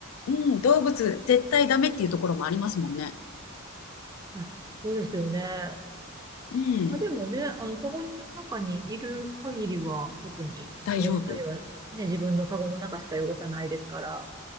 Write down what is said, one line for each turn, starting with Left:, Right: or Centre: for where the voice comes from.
Left: うん、動物絶対ダメっていうところもありますもんね。
Right: あ、そうですよね。
Left: うん。
Right: まあでもね、あの、カゴの中にいる限りは、特に汚したりは、
Left: 大丈夫。
Right: ね、自分のカゴの中しか汚さないですから。